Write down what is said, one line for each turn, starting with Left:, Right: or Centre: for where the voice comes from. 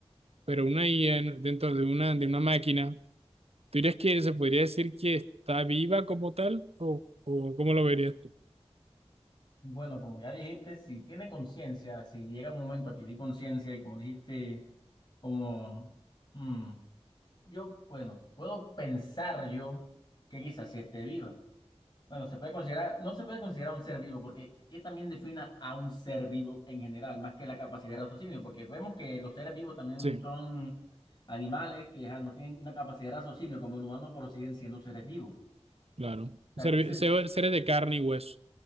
Right: pero una IA en- dentro de una, de una máquina, ¿tú dirías que se podría decir que está viva como tal o, o cómo lo verías tú?
Left: Bueno, como ya dijiste, si tiene conciencia, si llega un momento a adquirir conciencia y como dijiste, como... mm, Yo, bueno, puedo pensar yo que quizás si esté viva. Bueno, se puede considerar, no se puede considerar un ser vivo, porque ¿qué también defina a un ser vivo en general, más que la capacidad de raciocinio? Porque vemos que los seres vivos también
Right: Sí,
Left: son animales que ajá, no tienen una capacidad de raciocinio como el humano, pero siguen siendo seres vivos. O
Right: claro.
Left: sea,
Right: Ser-
Left: ¿qué se-
Right: ser- seres de carne y hueso.